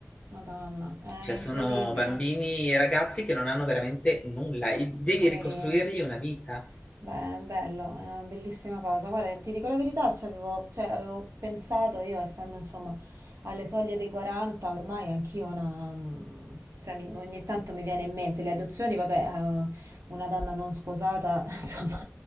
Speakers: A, on the right; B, on the left.
A: Madonna, è
B: Cioè,
A: incredibile.
B: sono bambini e ragazzi che non hanno veramente nulla e devi
A: Poverine.
B: ricostruirgli una vita.
A: Beh, è bello, è una bellissima cosa. Guarda, ti dico la verità, ci avevo, cioè, avevo pensato io, essendo insomma alle soglie dei 40, ormai anch'io una... mm, Cioè, mi- ogni tanto mi viene in mente le adozioni, vabbè, eh, una donna non sposata, <laughs> insomma,